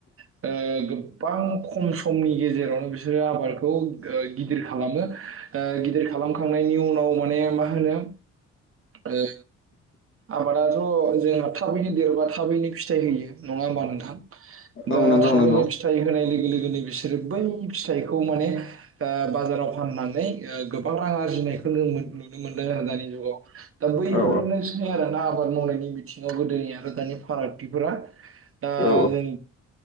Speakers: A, on the right (about 45°); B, on the left (about 40°).
A: ओ गोबां खम समनि गेजेरावनो बिसोरो आबादखौ गिदिर खालामो। ओ गिदिर खालामखांनायनि उनाव माने मा होनो ओ आबादाथ' जोंहा थाबैनो देरबा थाबैनो फिथाइ होयो। नङा होमबा नोंथां? दा
B: औ नंगौ
A: थाबैनो
B: नंगौ
A: फिथाइ होनाय लोगो लोगोनो बिसोरो बै फिथाइखौ माने ओ बाजाराव फाननानै ओ गोबां रां आरजि नायखो नुनो मोनदों आरो दानि जुागाव। दा बैफोरनो
B: औ
A: आरोना आबाद मावनायनि बिथिङाव गोदोनि आरो दानि फारागथिफोरा दा
B: औ
A: जों